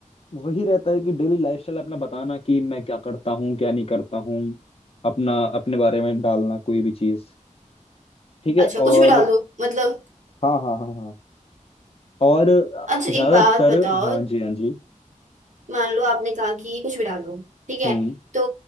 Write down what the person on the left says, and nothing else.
वही रहता है कि डेली लाइफस्टाइल अपना बताना कि मैं क्या करता हूँ क्या नहीं करता हूँ अपना अपने बारे में डालना कोई भी चीज ठीक है
और
हाँ हाँ हाँ हाँ और
ज्यादातर
हाँ जी हाँ जी
हम्म